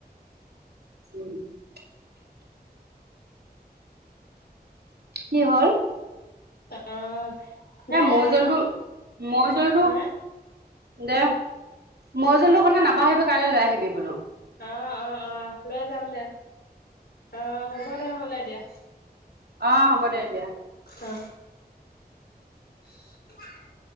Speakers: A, on the right; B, on the left.
A: <unintelligible> কি হ'ল?
B: অ', দে
A: এ মৌ জোলবো
B: অ',
A: মই জোলতো।
B: হা
A: দে। মৌ জোলটোৰ কথা নাপাহবি, কাইলৈ লৈ আহিবি বোলো।
B: অ' অ' অ', লৈ যাম দে। অ' হ'ব দে নহ'লে এতিয়া।
A: অ', হ'ব দে এতিয়া।
B: অ। <unintelligible>